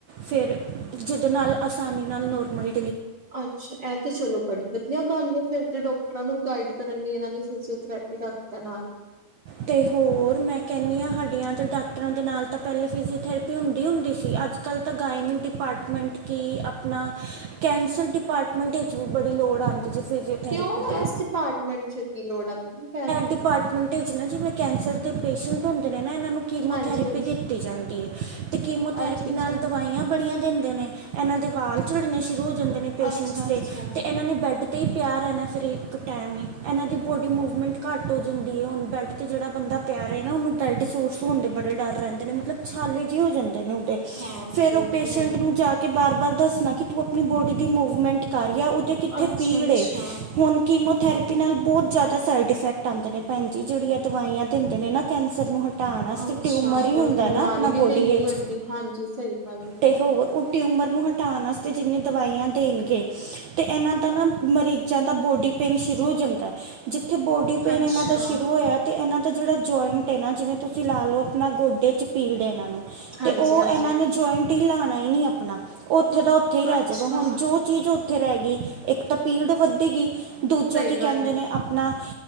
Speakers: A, on the right; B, on the right.
A: ਫਿਰ ਜਿਹਦੇ ਨਾਲ ਆਸਾਨੀ ਨਾਲ ਨੋਰਮਲੀ
B: ਅੱਛਾ ਇਹ ਤੇ ਚਲੋ ਬੜੀ ਵਧੀਆ ਗੱਲ ਫੇਰ ਤੇ ਡਾਕਟਰਾਂ ਨੂੰ ਗਾਈਡ ਕਰਨ ਲਈ ਇਹਨਾਂ ਨੇ ਫਿਜ਼ਓਥਰੇਪੀ ਰਖਤਾ ਨਾਲ
A: ਤੇ ਹੋਰ ਮੈਂ ਕਹਿੰਦੀ ਹਾਂ ਹਡੀਆਂ ਅਤੇ ਡਾਕਟਰਾਂ ਦੇ ਨਾਲ ਤਾਂ ਪਹਿਲੇ ਫਿਜੀਓਥੈਰੇਪੀ ਹੁੰਦੀ ਹੁੰਦੀ ਸੀ ਅੱਜ ਕੱਲ੍ਹ ਤਾਂ ਗਾਇਨੀ ਡਿਪਾਰਟਮੈਂਟ ਕੀ ਆਪਣਾ ਕੈਂਸਰ ਡਿਪਾਰਟਮੈਂਟ ਵਿੱਚ ਵੀ ਬੜੀ ਲੋੜ ਆਉਂਦੀ ਜੇ ਫਿਜ਼ੀਓਥੈਰੇਪੀ
B: ਕਿਉਂ
A: ਦੀ
B: ਇਸ ਡਿਪਾਰਟਮੈਂਟ ਚ ਕੀ ਲੋੜ ਆਉਂਦੀ ਹੈ।
A: ਡਿਪਾਰਟਮੈਂਟ ਚ ਨਾ ਜਿਵੇੈਂ ਕਹਿੰਦੇ ਕੈਂਸਰ ਦੇ ਪੇਸ਼ੈਂਟ ਹੁੰਦੇ ਨੇ ਇਹਨਾਂ ਨੂੰ ਕੀਮੋਥੈਰੇਪੀ
B: ਹਾਂਜੀ ਹਾਂਜੀ।
A: ਦਿੱਤੀ ਜਾਂਦੀ ਹੈ ਤੇ ਕੀਮੋਥੈਰੇਪੀ
B: ਅੱਛਾ ਅੱਛਾ
A: ਨਾਲ ਦਵਾਈਆਂ ਬੜੀਆਂ ਦਿੰਦੇ ਨੇ ਇਹਨਾਂ ਦੇ ਵਾਲ ਝੜਨੇ ਸ਼ੁਰੂ, ਜਾਂਦੇ ਨੇ ਪੇਸ਼ੈਂਟਸ
B: ਅੱਛਾ ਅੱਛਾ
A: ਤੇ ਤੇ ਇਹਨਾਂ ਨੇ ਬੈੱਡ, ਤੇ ਹੀ ਪਿਆਰ ਹੈ ਇਹਨਾਂ ਫਿਰ ਇੱਕ ਟਾਈਮ ਹੀ ਇਹਨਾਂ ਦੀ ਬੋਡੀ ਮੂਵ ਮਿੰਟ ਘੱਟ ਹੋ ਜਾਂਦੀ ਹੈ ਹਨ ਬੈਡ 'ਤੇ ਜਿਹੜਾ ਬੰਦਾ ਪਿਆ ਹੈ ਨਾ ਉਹਨੂੰ ਬੈੱਡ ਸੋਰਸ ਹੋਣ ਦੇ ਬੜੇ ਡਰ ਰਹਿੰਦੇ ਨੇ ਮਤਲਬ ਛਾਲੇ ਜਿਹੇ ਹੋ ਜਾਂਦੇ।
B: ਹਾਂਜੀ
A: ਫੇਰ ਉਹ
B: ਇਹ
A: ਪੇਸ਼ੈਂਟ
B: ਤੇ ਹੈ। ਈ।
A: ਨੂੰ ਜਾ ਕੇ ਬਾਰ, ਬਾਰ ਦੱਸਣਾ ਕਿ ਤੂੰ ਆਪਣੀ ਬੋਡੀ ਦੀ ਮੂਵਮੈਂਟ ਕਰ। ਜਾਂ ਉਹਦੇ ਕਿੱਥੇ
B: ਅੱਛਾ
A: ਪੀੜ
B: ਅੱਛਾ
A: ਹੁਣ ਕੀਮਤ ਥੈਰੇਪੀ ਨਾਲ ਬਹੁਤ ਜ਼ਿਆਦਾ ਸ ਇਫੈਕਟ ਆਦੇ ਨੇ ਭੈਣ ਜਿਹੜੀਆਂ ਦਵਾਈਆਂ ਦਿੰਦੇ ਨੇ ਨਾ ਕੈਂਸਰ ਨੂੰ ਹਟਾਉਣ ਵਾਸਤੇ
B: ਅੱਛਾ
A: ਟਿਊਮਰ ਹੀ ਹੁੰਦਾ
B: ਰ ਬਿਮਾਰੀ
A: ਨਾ ਆਪਣਾ
B: ਵੀ
A: ਬੋਡੀ
B: ਤੇ ਇੰਨੀ
A: ਵਿੱਚ
B: ਵੱਡੀ ਹਾਂਜੀ ਸਹੀ ਗੱਲ ਐ,
A: ਤੇ ਹੋਰ ਉਹ ਟਿਊਮਰ ਨੂੰ ਹਟਾਣ ਵਾਸਤੇ ਜਿੰਨੀ ਦਵਾਈਆਂ ਦੇਣਗੇ ਅਤੇ ਇਹਨਾਂ ਦਾ ਨਾ ਮਰੀਜ਼ਾਂ ਦਾ ਬੋਡੀ ਪੇਨ ਸ਼ੁਰੂ ਹੋ ਜਾਂਦਾ ਜਿੱ ਇੱਥੇ ਬੋਡੀ ਪੇਨ
B: ਅੱਛਾ
A: ਇਹਨਾਂ ਦਾ ਸ਼ੁਰੂ ਹੋਇਆ ਤੇ ਇਹਨਾਂ ਅਤੇ ਜਿਹੜਾ ਜੁਆਇੰਟ ਹੈ ਨਾ ਜਿਵੇਂ ਤੁਸੀਂ ਲਾ ਲਓ ਆਪਣਾ ਗੋਡੇ 'ਚ ਪੀੜ ਇਹਨਾਂ ਨੂੰ,
B: ਹਾਂਜੀ
A: ਤੇ ਉਹ
B: ਹਾਂਜੀ
A: ਇਹਨਾਂ ਨੇ ਜੁਆਇੰਟ ਟੀ ਲਾਣਾ ਹੀ ਨੀ ਆਪਣਾ ਉੱਥੇ ਤਾਂ ਉੱਥੇ ਹੀ ਰਹਿ
B: ਅੱਛਾ
A: ਜਾਗਾ ਹੁਣ ਜੋ ਚੀਜ਼ ਉੱਥੇ ਰਹਿ ਗਈ ਇੱਕ ਤਾਂ ਪੀੜ ਵੱਧੇਗੀ। ਦੂਜਾ
B: ਸਹੀ
A: ਕੀ ਕਹਿੰਦੇ
B: ਗੱਲ ਏ।
A: ਨੇ ਆਪਣਾ,